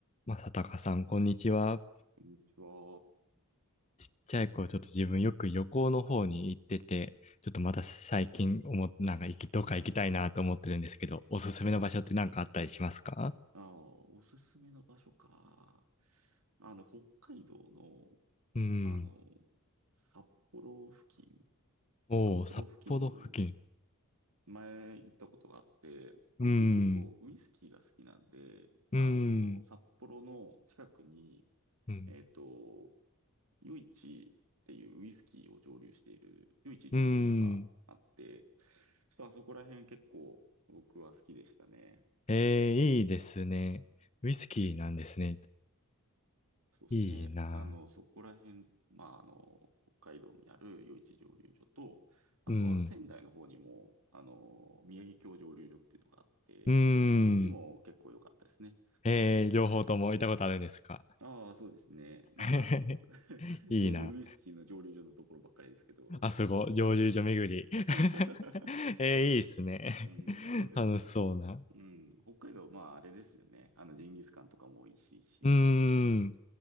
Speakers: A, on the left; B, on the right.
A: まさたかさん、こんにちは。
B: こんにちは。
A: ちっちゃい頃、ちょっと自分よく旅行の方に行ってて、ちょっとまた最近思っ、なんか行き、どっか行きたいなと思ってるんですけど、おすすめの場所って何かあったりしますか
B: あおすすめの場所か。あの、北海道の、
A: うん。
B: あの、札幌付近、
A: おー、
B: 札幌付近、
A: 札幌付近。
B: 前行ったことがあって、
A: うん。
B: 僕結構ウイスキーが好きなんで、
A: うん。
B: あの、札幌の近くに、
A: うん。
B: えっと、余市っていうウイスキーを蒸留している、イ市蒸留所があって、
A: うん。
B: ちょっとあそこら辺結構僕は好きでしたね。
A: えー、いいですね。ウイスキーなんですね。
B: そうですね。
A: いいな。
B: あの、そこら辺、まあ、あの、北海道にある余市蒸留所と、あとは仙台の方にも、
A: うん。
B: あの、宮城郷蒸留所っていうのがあって、
A: うん。
B: そっちも結構良かったですね。
A: えー、両方とも行ったことあるんですか
B: ああ、そうですね。なんか、
A: <laughs>
B: <laughs>
A: いいな。
B: 永遠にウイスキーの蒸留所のところばっかりですけど。
A: <laughs> あそこ、蒸留所巡り。
B: <laughs>
A: <laughs> えー、いいっすね。
B: うん、
A: <laughs>
B: そうですね。
A: 楽しそうな。
B: うん、北海道、まあ、あれですよね。あの、ジンギスカンとかも美味しいし、
A: うーん。